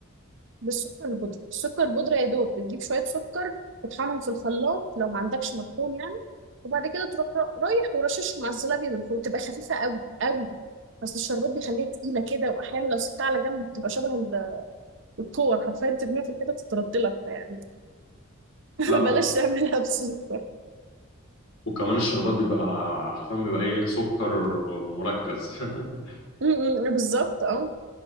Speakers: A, on the right; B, on the left.
A: بالسكر البودرة السكر البودرة يا دوب بتجيب شوية سكر تطحنهم في الخلاط لو ما عندكش مطحون يعني وبعد كده تروح ر- رايح ورشش مع الزلابية من فوق تبقى خفيفة قوي قوي بس الشربات بيخليها تقيلة كده وأحيانا لو سبتها على جنب بتبقى شبه ال- الكور حرفيا ترميها في الحتة تتردلك فيعني <laughs>
B: لا و-
A: بلاش تعملها بسكر
B: وكمان الشربات بيبقى حرفيا بيبقى ايه سكر مركز <laughs>
A: م- م- بالظبط اه